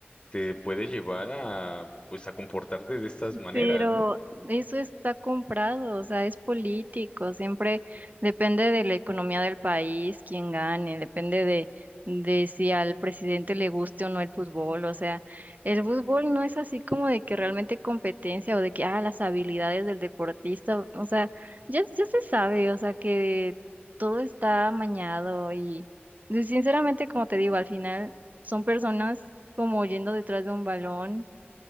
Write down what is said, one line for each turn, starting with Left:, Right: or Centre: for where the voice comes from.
Left: te puede llevar a, pues, a comportarte de estas maneras,
Right: Pero
Left: ¿no?
Right: eso está comprado, o sea, es político, siempre depende de la economía del país, quién gane, depende de, de si al presidente le guste o no el fútbol, o sea, el fútbol no es así como de que realmente competencia o de que, ah, las habilidades del deportista, o sea, ya, ya se sabe, o sea, que todo está amañado y y sinceramente, como te digo, al final son personas como yendo detrás de un balón.